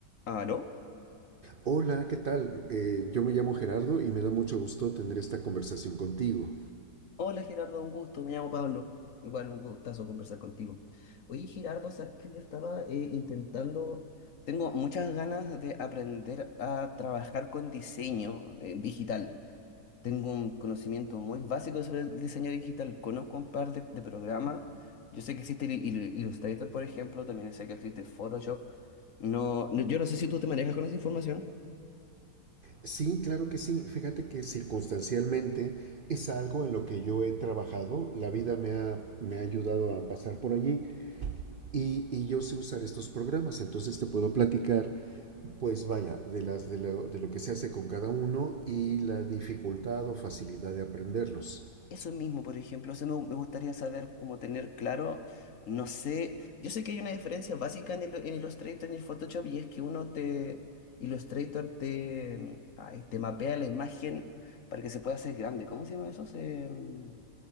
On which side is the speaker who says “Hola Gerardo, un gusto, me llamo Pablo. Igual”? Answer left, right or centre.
Left